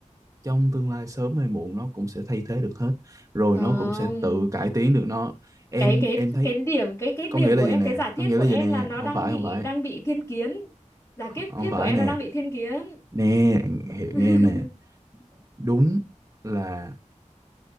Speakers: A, on the right; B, on the left.
A: trong tương lai sớm hay muộn nó cũng sẽ thay thế được hết. Rồi
B: Không.
A: nó cũng sẽ tự cải tiến được nó. Em
B: Cái cái
A: em thấy
B: cái điểm cái cái điểm
A: có nghĩa
B: của
A: là
B: em
A: vậy nè,
B: cái giả
A: có
B: thiết
A: nghĩa
B: của
A: là
B: em
A: vậy nè,
B: là nó
A: không
B: đang
A: phải
B: bị
A: không phải,
B: đang bị thiên kiến. Giả thiết
A: không
B: thiết
A: phải
B: của em
A: nè.
B: nó đang bị thiên kiến.
A: Nè, hiểu nghe
B: <laughs>
A: em nè. Đúng là